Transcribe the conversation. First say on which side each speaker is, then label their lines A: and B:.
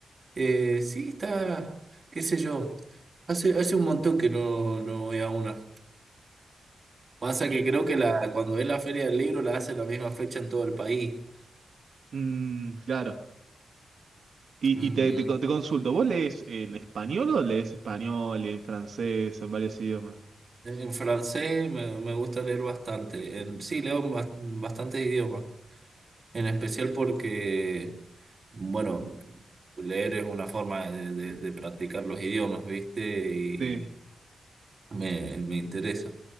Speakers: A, on the right; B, on the right.
A: eh, sí está, qué sé yo. Hace, hace un montón que no, no voy a una. Pasa
B: y,
A: que creo que la, cuando es la feria del libro la hace la misma fecha en todo el país.
B: mm, claro. Y,
A: Mm,
B: y te, te,
A: no.
B: co- te consulto, ¿vos lees en español o lees español, en francés, en varios idiomas?
A: En francés me, me gusta leer bastante. En, sí, leo en bas- bastantes idiomas. En especial porque, bueno, leer es una forma de, de- de practicar los idiomas, ¿viste? Y
B: Sí,
A: me, me interesa.